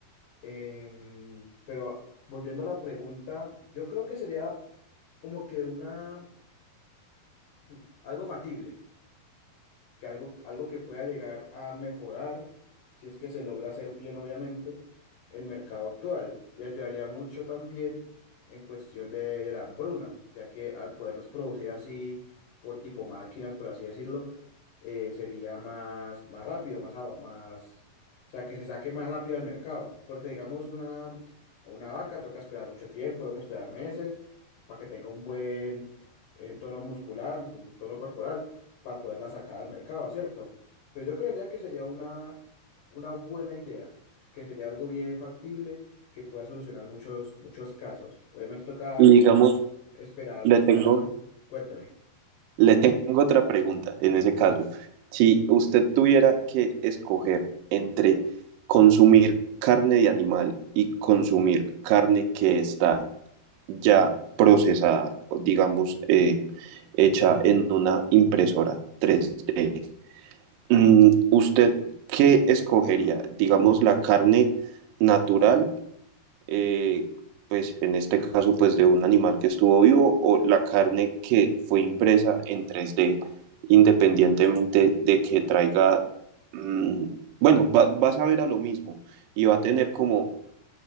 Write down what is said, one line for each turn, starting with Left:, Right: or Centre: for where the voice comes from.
Left: Em, pero volviendo a la pregunta, yo creo que sería como que una, hmm, algo factible que algo, algo que pueda llegar a mejorar, si es que se logra hacer bien, obviamente, el mercado actual. Y ayudaría mucho también en cuestión de, de la hambruna, ya que al poderlos producir así, por tipo máquinas, por así decirlo, eh, sería más, más rápido, más, ava- más, o sea, que se saque más rápido al mercado. Porque digamos una, una vaca toca esperar mucho tiempo, toca esperar meses para que tenga un buen eh, tono muscular, un tono corporal para poderla sacar al mercado, ¿cierto? Pero yo creería que sería una, una buena idea, que sería algo bien factible, que pueda solucionar muchos, muchos casos. Obviamente toca
Right: Y digamos,
Left: esperar
Right: le
Left: cómo
Right: tengo,
Left: las hacen. Cuénteme.
Right: le tengo otra pregunta en ese caso. Si usted tuviera que escoger entre consumir carne de animal y consumir carne que está ya procesada, o digamos, eh, hecha en una impresora 3D, Mm, ¿Usted qué escogería? Digamos, la carne natural, eh, pues en este caso, pues de un animal que estuvo vivo, o la carne que fue impresa en tres d independientemente de que traiga, mm, bueno, va, va a saber a lo mismo y va a tener como,